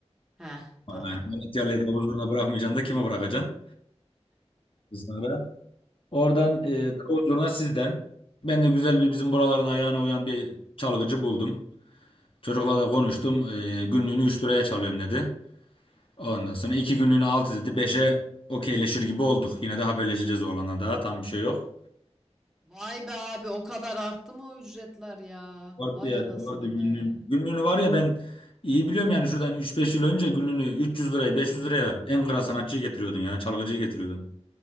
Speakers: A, in the centre; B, on the left.
A: Heh tamam.
B: Yani Malatyalı'ya davul zurna bırakmayacaksın da kime bırakacaksın? Sonra. Oradan e, davul zurna sizden. Ben de güzel bir bizim buraların ayağına uyan bir çalgıcı buldum. Çocukla da konuştum. E, günlüğünü 3 liraya çalıyorum dedi. Ondan sonra 2 günlüğünü 6 dedi. Beşe okeyleşir gibi olduk. Yine de haberleşeceğiz oğlana daha. Tam bir şey yok.
A: Vay be abi o kadar arttı mı o ücretler ya?
B: Vardı
A: Vay
B: ya
A: anasını
B: vardı günlüğün.
A: be.
B: Günlüğünü var ya ben iyi biliyorum yani şuradan üç beş yıl önce günlüğünü üç yüz liraya 500 liraya en kral sanatçıyı getiriyordun ya çalgıcıyı getiriyordun.